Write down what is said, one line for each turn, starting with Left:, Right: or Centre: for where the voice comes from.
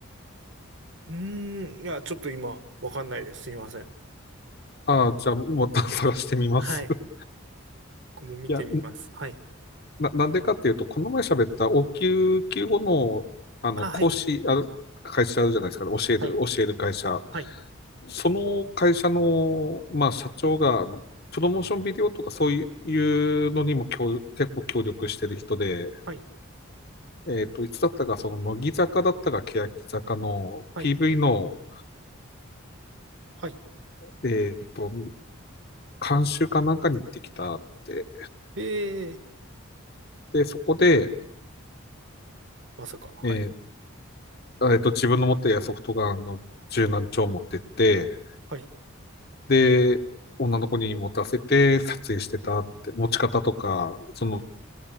Right: うーん、いや、ちょっと今、わかんないです。すいません。
Left: ああ、じゃあ、また <laughs> 探してみます。
Right: はい。
Left: <laughs>
Right: 僕も見てみます。
Left: いや、
Right: はい。
Left: な、なんでかっていうと、この前喋った応急救護の、あの、
Right: あ、
Left: 講師、
Right: はい。
Left: ある、会社あるじゃないですか、教える、
Right: はい。
Left: 教える会社。
Right: はい。
Left: その会社の、まあ、社長が、あのプロモーションビデオとかそういうのにも協結構協力してる人で、
Right: はい。
Left: えっと、いつだったか、その、乃木坂だったか、欅坂の
Right: はい。
Left: PV の、
Right: はい。
Left: えっと、監修かなんかに行ってきたって。
Right: ええ
Left: で、そこで、
Right: まさか。はい。
Left: えっと、自分の持っているソフトガンの柔軟帳を持ってって、
Right: はい。
Left: で、女の子に持たせて撮影してたって、持ち方とか、その